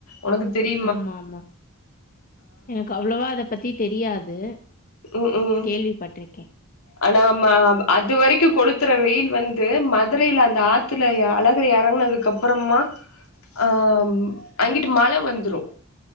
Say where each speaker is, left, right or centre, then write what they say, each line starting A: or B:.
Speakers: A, on the left; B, on the left.
A: ஒனக்கு தெரி
B: ஆமாமா எனக்கு அவ்ளவா இத பத்தி தெரியாது
A: ம் ம்
B: கேள்விப்பட்டுருக்கே
A: ஆனா ம அது வரைக்கு கொழுத்துற வெயில் வந்து மதுரைல அந்த ஆத்துல எ அழகர் எறங்குனதுக்கப் ப்றமா ஆம் அங்கிட்டு மழ வந்துரு